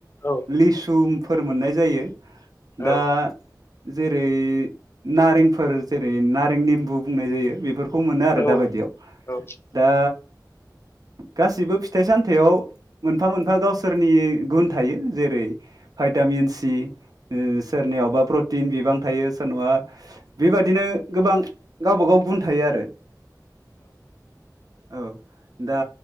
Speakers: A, on the left (about 35°); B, on the right (about 60°).
A: ओ
B: लिसुमफोर मोननाय जायो
A: औ
B: दा जेरै नारेंफोर जेरै नारें निम्बु बुंनाय जायो बेफोर खौ मोनो आरो
A: औ
B: दा बायदियाव
A: औ
B: दा गासिबो फिथाइ सामथायाव मोनफा मोनफा गावसोरनि गुन थायो जेरै भाइटामिन सि ओ सोरनियावबा प्रटिन बिबां थायो सोरनावबा बेबादिनो गोबां गावबा गाव गुन थायो आरो औ दा